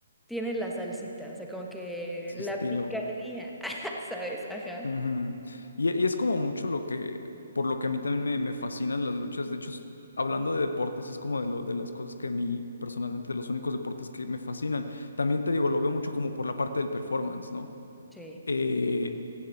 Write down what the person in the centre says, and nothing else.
tiene la salsita, o sea, como que
la
picardía, <laughs> ¿sabes? Ajá.
Sí.